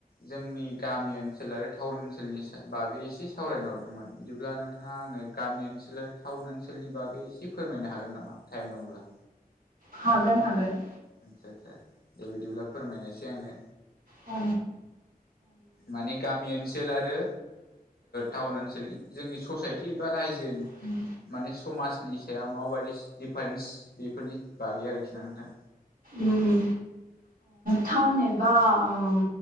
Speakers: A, on the left (about 80°); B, on the right (about 65°).
A: जोंनि गामि ओनसोलारि टाउन ओनसोलनि स बागै एसे सावरायनो हरदोंमोन बिदिब्ला नोंथांङा आंनो गामि ओनसोल टाउन ओनसोलनि बागै एसे फोरमायनो हागोन नामा टाइम दंब्ला?
B: हागोन हागोन।
A: <unintelligible> दे बिदिब्ला फोरमायनायसै आंनो।
B: अ
A: माने गामि ओनसोल आरो टाउन ओनसोलनि जोंनि ससाइटि एबा रायजो
B: ओम
A: माने समाजनि सायाव माबायदि दिडिफारेन्स बेफोरनि बागै आरोखि। ना नोंथां
B: ओम थावन एबा ओम